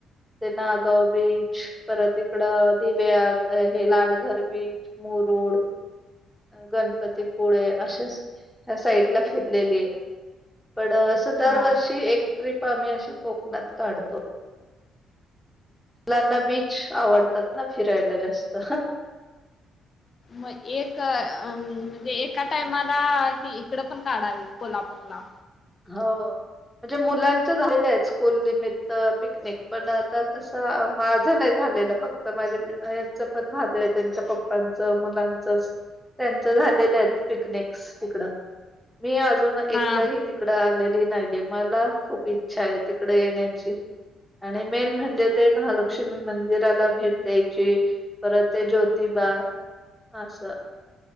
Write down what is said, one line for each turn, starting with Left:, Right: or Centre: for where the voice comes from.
Centre: ते नागाव बीच परत इकड दिव्या हे लाडघर बीच मुरूड गणपतीपुळे अश सा फिरलेली पण अस
Left: हा.
Centre: दर वर्षी एक ट्रिप आम्ही अशी कोकणात काढतो मुलांना बीच आवडतात ना फिरायला जास्त
Left: मग एक म्हणजे एका टाइमाला इकड पण काढावी कोल्हापूरला
Centre: हो म्हणजे मुलांच्या झालेल्या आहेत स्कूल निमित्त पिकनिक पण आता कसं माझं नाही झा झालं फक्त माझ्या यांच पण झाले त्यांच्या पप्पांच मुलांच त्यांच झालेलं आहेत पिकनिक तिकड मी अजून एकदा
Left: हा.
Centre: ह आलेली नाहीये मला खूप इच्छा आहे तिकडे येण्याची आणि मेन म्हणजे ते महालक्ष्मी मंदिराला भेट द्यायची परत ते ज्योतीि बा अस